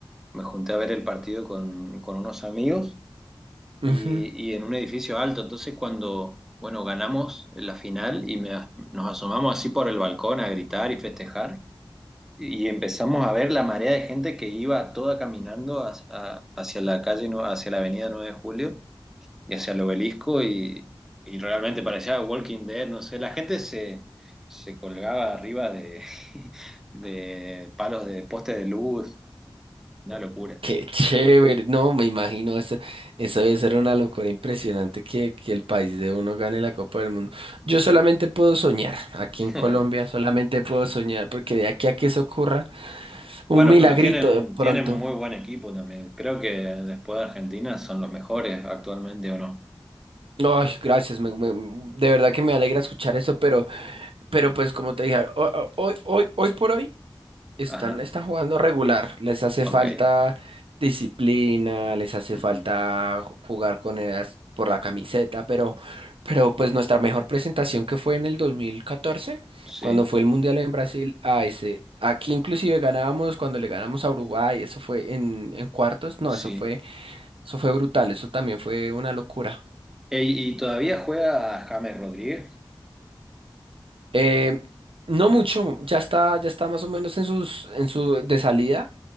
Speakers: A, in the centre; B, on the right.
A: Me junté a ver el partido con, con unos amigos
B: Ujú.
A: y, y en un edificio alto. Entonces cuando, bueno, ganamos la final y me- nos asomamos así por el balcón a gritar y festejar y empezamos a ver la marea de gente que iba toda caminando hacia, hacia la calle, nue- hacia la avenida 9 de Julio y hacia el obelisco y, y realmente parecía Walking Dead, no sé, la gente se, se colgaba arriba de, <laughs> de palos de postes de luz, una locura.
B: Qué chévere, no me imagino, eso, eso debe ser una locura impresionante que, que el país de uno gane la Copa del Mundo. Yo solamente puedo soñar, aquí
A: <laughs>
B: en Colombia solamente puedo soñar, porque de aquí a que eso ocurra, un
A: Bueno,
B: milagrito
A: pero tienen,
B: de pronto.
A: tienen muy buen equipo también. Creo que después de Argentina son los mejores actualmente o no.
B: Ay, gracias, me- me- de verdad que me alegra escuchar eso, pero, pero pues como te dije, ho- ho- hoy, hoy, hoy por hoy. Están,
A: Ajá,
B: están jugando regular, les hace
A: ok.
B: falta disciplina, les hace
A: Ujú.
B: falta ju- jugar con ellas por la camiseta, pero, pero pues nuestra mejor presentación que fue en el 2014,
A: Sí,
B: cuando fue el Mundial en Brasil, a ese, aquí inclusive ganábamos cuando le ganamos a Uruguay, eso fue en, en cuartos, no,
A: sí.
B: eso fue, eso fue brutal, eso también fue una locura.
A: Ey, ¿Y todavía juega James Rodríguez?
B: Eh, no mucho, ya está, ya está más o menos en sus, en su de salida.